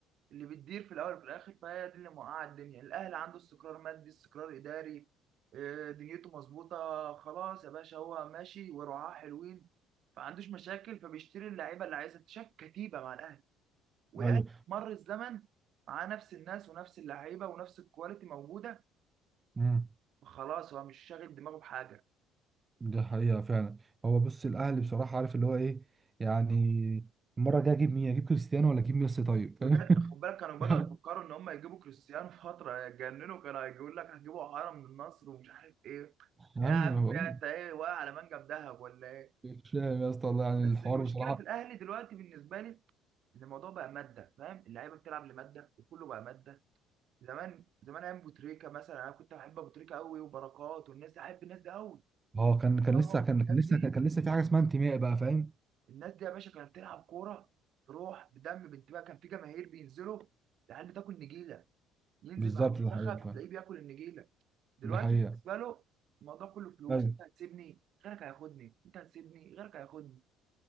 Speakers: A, on the right; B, on the right.
A: اللي بتدير في الاول وفي الاخر فهي دي اللي موقعه الدنيا الاهلي عنده استقرار مادي استقرار اداري آه، دنيته مظبوطه خلاص يا باشا هو ماشي ورعاه حلوين فعندوش مشاكل فبيشتري اللعيبه اللي عايزها انت شايف كتيبه مع الاهلي والاهلي
B: ايوه
A: مر الزمن معاه نفس الناس ونفس اللعيبه ونفس الكواليتي موجوده
B: امم
A: خلاص هو مش شاغل دماغه بحاجه
B: ده حقيقه فعلا هو بص الاهلي بصراحه عارف اللي هو ايه يعني المره الجايه اجيب مين اجيب كريستيانو ولا اجيب ميسي طيب
A: بجد
B: فاهم
A: خد بالك كانوا بدأوا يفكروا
B: <laughs>
A: ان هم يجيبوا كريستيانو فتره يتجننوا كانوا هيقول لك هتجيبوا عارة من النصر ومش عارف ايه
B: ايوه
A: يا عم
B: بقول
A: يا انت ايه واقع على منجم ذهب ولا ايه
B: لك. مش فاهم يا اسطى والله يعني
A: بس
B: الحوار
A: المشكله
B: بصراحه
A: في الاهلي دلوقتي بالنسبه لي ان الموضوع بقى ماده فاهم اللعيبه بتلعب لماده وكله بقى ماده زمان زمان ايام ابو تريكه مثلا انا كنت بحب ابو تريكه قوي وبركات والناس دي احب الناس دي قوي
B: اه كان كان
A: طبعا
B: لسه كان
A: بس الناس
B: كان لسه
A: دي
B: كان كان لسه في حاجه اسمها انتماء بقى فاهم
A: الناس دي يا باشا كانت بتلعب كوره بروح بدم بانتباه كان في جماهير بينزلوا العيال بتاكل نجيله ينزل
B: بالظبط
A: مع المنتخب
B: ده حقيقة فعلا
A: تلاقيه بياكل النجيله دلوقتي
B: ده حقيقة
A: بالنسبه له الموضوع كله فلوس
B: ايوه
A: انت هتسيبني غيرك هياخدني انت هتسيبني غيرك هياخدني